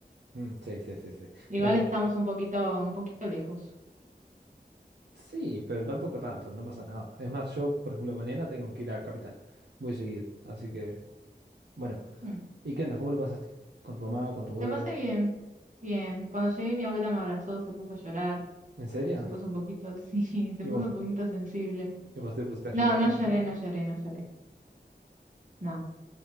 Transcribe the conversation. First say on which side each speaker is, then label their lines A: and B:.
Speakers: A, on the right; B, on the right.
A: Mm, sí, sí, sí, sí.
B: Igual
A: Bueno, y
B: estamos
A: que-
B: un poquito, un poquito lejos.
A: sí, pero tampoco tanto, no pasa nada. Es más, yo, por ejemplo, mañana tengo que ir a Capital. Voy seguido, así que, bueno.
B: Mm.
A: ¿Y qué andas? ¿Cómo lo pasaste? ¿Con tu mamá, con tu
B: La
A: abuela?
B: pasé bien. Bien. Cuando llegué, mi abuela me abrazó, se puso a llorar.
A: ¿En serio?
B: Se puso
A: <laughs>
B: un poquito, <laughs> sí, se
A: ¿Y
B: puso
A: vos,
B: un poquito sensible.
A: y vos te pusiste a
B: No,
A: llorar
B: no
A: con
B: lloré,
A: ella?
B: no lloré, no lloré. No.